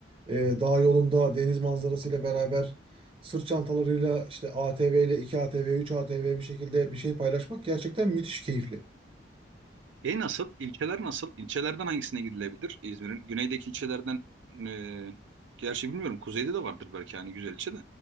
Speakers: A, on the right; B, on the right.
A: e, dağ yolunda deniz manzarasıyla beraber sırt çantalarıyla işte ATV ile 2 ATV, 3 ATV bir şekilde bir şey paylaşmak gerçekten müthiş keyifli.
B: E nasıl? İlçeler nasıl? İlçelerden hangisine gidilebilir? İzmir'in güneydeki ilçelerden e, gerçi bilmiyorum kuzeyde de vardır belki hani güzel ilçe de.